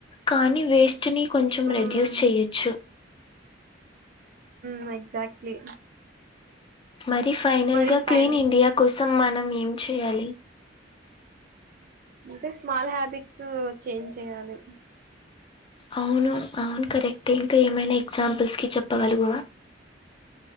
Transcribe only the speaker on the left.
కానీ వేస్ ట్ని కొంచెం
రెడ్యూస్ చేయొచ్చు
మరి ఫైనల్
గా
క్లీన్ ఇండియా కోసం మనం ఏం చేయాలి
అవును అవును కరెక్టే ఇంకా ఏమైన ఎగ్జాంపుల్స్ కి చెప్పగలవా